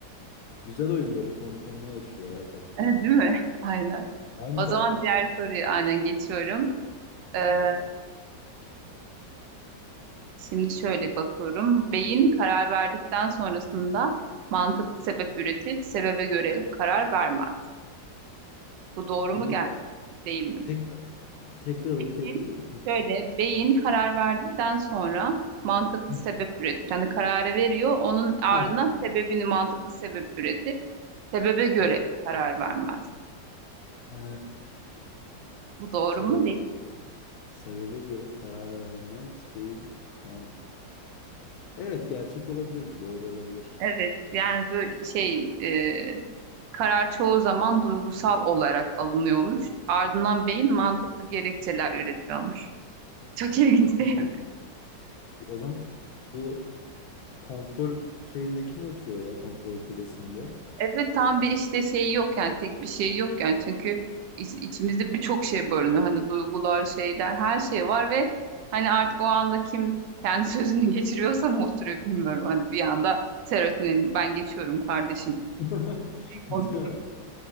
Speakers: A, on the left; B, on the right.
A: Güzel oyun böyle konu konuyu açıyor ya tatlıymış.
B: <laughs> Eh, Değil mi? <laughs> Aynen.
A: Var mı
B: O zaman
A: başkası?
B: diğer soruyu aynen geçiyorum.
A: Tamam
B: Ee,
A: bekle.
B: Şimdi şöyle bakıyorum. Beyin karar verdikten sonrasında mantıklı sebep üretir, sebebe göre karar vermez. Bu doğru
A: Bir
B: mu geldi değil mi?
A: tekrar, tekrar okuyabilir
B: Beyin-
A: misin?
B: Şöyle beyin karar verdikten sonra mantıklı
A: Hı.
B: sebep üretir. Hani kararı veriyor, onun ardına
A: Ha.
B: sebebini mantıklı sebep üretir. Sebebe göre
A: <laughs>
B: karar vermez.
A: Ha,
B: Bu doğru
A: sebebe
B: mu değil? mi?
A: sebebe göre karar vermez beyin man. Evet, gerçek olabilir bir doğru olabilir.
B: Evet yani böyle şey e, karar çoğu zaman duygusal olarak alınıyormuş. Ardından beyin mantıklı gerekçeler üretiyormuş. <laughs> Çok ilginç değil
A: Hı.
B: mi?
A: O zaman bu kontrol şeyinde kim oturuyor ya kontrol kulesinde?
B: Evet <laughs> tam bir işte şey yok yani tek bir şey yok yani çünkü iç- içimizde birçok şey barınıyor. Hani duygular, şeyler, her şey var ve hani artık o anda kim kendi sözünü <laughs> geçiriyorsa mı oturuyor bilmiyorum. Hani bir anda serotinin ben geçiyorum kardeşim
A: <laughs>
B: konuşması,
A: Değil mi?